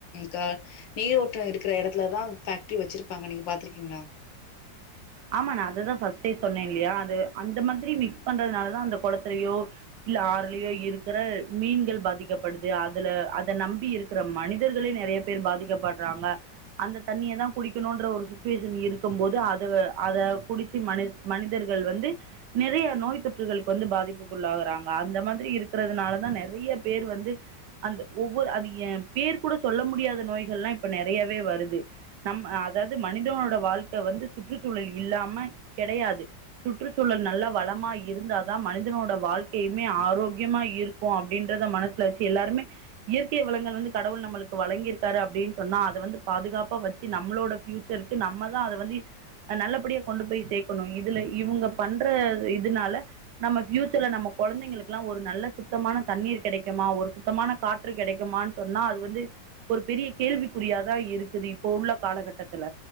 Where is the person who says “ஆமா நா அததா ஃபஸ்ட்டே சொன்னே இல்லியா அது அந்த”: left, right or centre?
Right